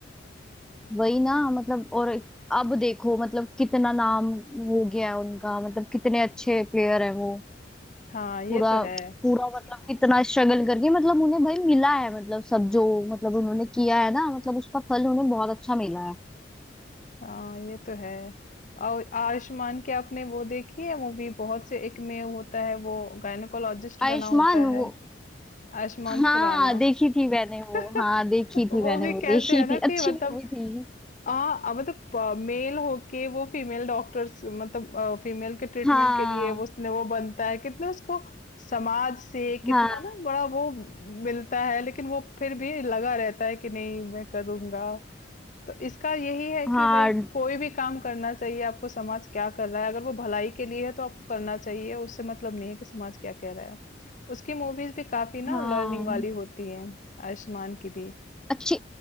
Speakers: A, in the centre; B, on the left (about 45°).
A: वही ना मतलब और अब देखो मतलब कितना नाम हो गया है उनका मतलब कितने अच्छे प्लेयर है वो
B: हाँ ये
A: पूरा
B: तो है
A: पूरा मतलब कितना स्ट्रगल करके मतलब उन्हें भाई मिला है मतलब सब जो मतलब उन्होंने किया है ना मतलब उसका फल उन्हें बहुत अच्छा मिला है
B: हाँ ये तो है और आयुष्मान की आपने वो देखी है मूवी बहुत से एक में होता है वो गायनोकोलॉजिस्ट
A: आयुष्मान
B: बना होता
A: वो
B: है आयुष्मान
A: हाँ
B: खुराना
A: देखी थी मैंने वो
B: <laughs>
A: हाँ देखी
B: वो
A: थी मैंने
B: भी
A: वो
B: कैसे
A: देखी
B: है ना
A: थी
B: कि
A: अच्छी
B: मतलब
A: मूवी थी
B: हाँ मतलब मेल होके वो फीमेल डॉक्टर्स मतलब फीमेल के ट्रीटमेंट
A: हाँ
B: के लिए वो उसने वो बनता है कितना उसको समाज से कितना
A: हाँ
B: ना बड़ा वो मिलता है लेकिन वो फिर भी लगा रहता है कि नहीं मैं करूंगा तो इसका यही है
A: हाँ
B: कि भाई कोई भी काम करना चाहिए आपको समाज क्या कर रहा है अगर वो भलाई के लिए है तो आपको करना चाहिए उससे मतलब नहीं है कि समाज क्या कह रहा है उसकी मूवीज भी काफी ना
A: हाँ
B: लर्निंग वाली होती हैं आयुष्मान की भी
A: अच्छी